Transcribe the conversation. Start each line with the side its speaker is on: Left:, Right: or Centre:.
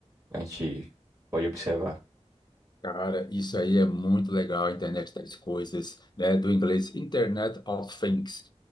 Right: a gente pode observar?
Left: Cara, isso aí é muito legal, a internet das coisas, né? Do inglês Internet of Things.